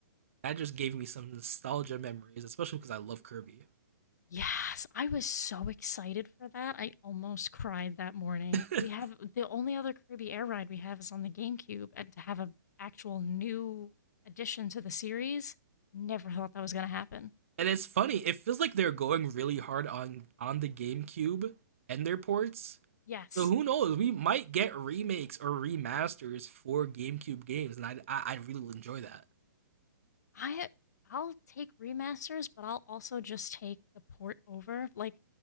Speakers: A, on the right; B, on the left.
A: that just gave me some nostalgia memories, especially because I love Kirby.
B: Yes, I was so excited for that. I almost cried that morning.
A: <laughs>
B: We have the only other Kirby Air ride we have is on the GameCube, and to have an actual new addition to the series, never thought that was going to happen.
A: and it's funny, it feels like they're going really hard on on the GameCube and their ports
B: Yes.
A: So who knows? We might get remakes or remasters for GameCube games, and I I, I really will enjoy that.
B: I I'll take remasters, but I'll also just take the port over. Like